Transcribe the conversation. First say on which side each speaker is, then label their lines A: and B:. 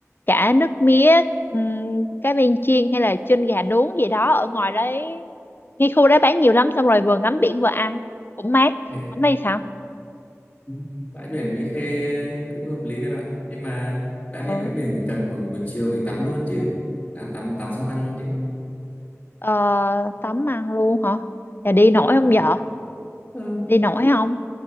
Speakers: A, on the left; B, on the left.
A: cả nước mía ừm, cá viên chiên hay là chân gà nướng gì đó ở ngoài đấy ngay khu đó bán nhiều lắm xong rồi vừa ngắm biển vừa ăn cũng mát
B: Thì-
A: không đây sao
B: ừ, Bãi biển Mỹ Khê cũng hợp lý đấy bạn. Nhưng mà đã
A: ừ
B: đi bãi biển thì tầm khoảng buổi chiều mình tắm luôn chứ. Đã tắm tắm xong ăn luôn chứ.
A: ờ, tắm ăn luôn hả là đi nổi
B: Đó.
A: không vợ
B: Ừ.
A: đi nổi không